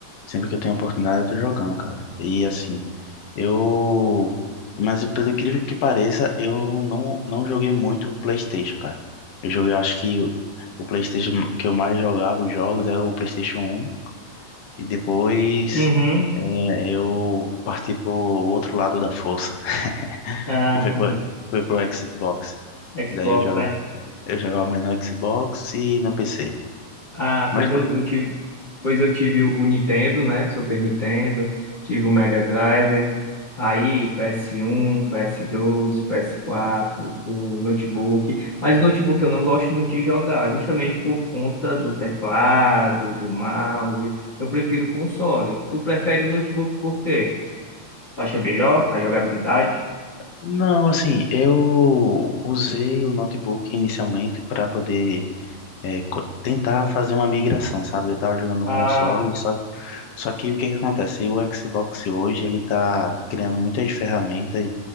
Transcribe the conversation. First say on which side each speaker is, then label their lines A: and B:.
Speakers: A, on the left (about 60°); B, on the left (about 20°).
A: Sempre que eu tenho oportunidade, eu tô jogando, cara. E assim. Eu, mas eu- pelo incrível que pareça, eu não, não joguei muito o PlayStation, cara. Eu joguei, acho que o, o PlayStation que eu mais jogava os jogos era o PlayStation 1 e depois
B: Uhum.
A: é, eu parti pro outro lado da força, <laughs>
B: Ah,
A: que foi
B: <laughs>
A: pro, foi pro Xbox.
B: Xbox,
A: Daí eu jogava,
B: né?
A: eu jogava mais no Xbox e no PC.
B: Ah,
A: Mas
B: pois
A: co-
B: eu, eu tive, pois eu tive o Nintendo, né? Super Nintendo, tive o Mega Drive, aí PS1, PS2, PS4, o notebook. Mas o notebook eu não gosto muito de jogar, justamente por conta do teclado, do mouse. Eu prefiro o console. Tu prefere o notebook por quê? Tu acha melhor a jogabilidade?
A: não, assim, eu usei o notebook inicialmente para poder é, co- tentar fazer uma migração, sabe? Eu tava jogando no
B: Ah,
A: console, só, só que o que que acontece? O Xbox hoje, ele tá criando muitas ferramentas